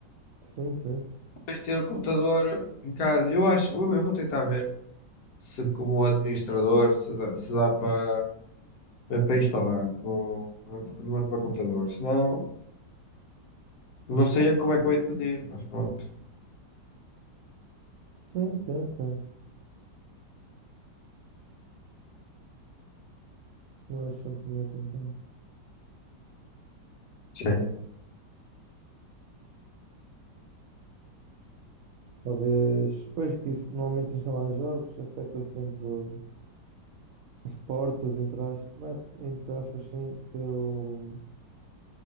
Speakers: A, on the right; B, on the left.
A: sim, sim.
B: mas ter o computador em casa. Eu acho, eu eu vou tentar ver se como administrador se dá, se dá para para instalar no, no, no meu computador. Senão, não sei é como é que vou ir pedir, mas pronto.
A: Sim, tenta. Eu acho sempre melhor tentar.
B: Sim,
A: Talvez, pois que isso normalmente instalar jogos afeta sempre o- as portas, entre aspas, não é, entre aspas, sim, que o,